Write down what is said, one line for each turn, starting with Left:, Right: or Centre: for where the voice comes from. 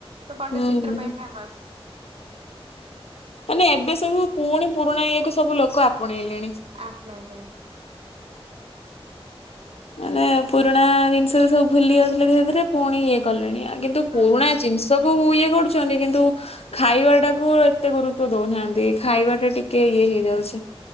Right: ତ ପଟଚିତ୍ର
Left: ହୁଁ।
Right: ପାଇଁ ବାସ୍
Left: ନାଇଁ ଏବେ ସବୁ ପୁଣି ପୁରୁଣା ଇଏକୁ ସବୁ ଲୋକ ଆପଣେଇଲେ
Right: ଆପଣେଇଲେଣି।
Left: ମାନେ ପୁରୁଣା ଜିନିଷରେ ସବୁ ଭୁଲି ଯାଉଥିଲେ ଧୀରେ ଧୀରେ ପୁଣି ଇଏ କଲେଣି ଆଉ କିନ୍ତୁ
Right: ହୁଁ
Left: ପୁରୁଣା ଜିନିଷକୁ ଇଏ ଗଢୁଛନ୍ତି କିନ୍ତୁ ଖାଇବାଟାକୁ ଏତେ ଗୁରୁତ୍ବ ଦୋଉନାହାନ୍ତି ଖାଇବାଟା ଟିକେ ଇଏ ହେଇଯାଉଚି।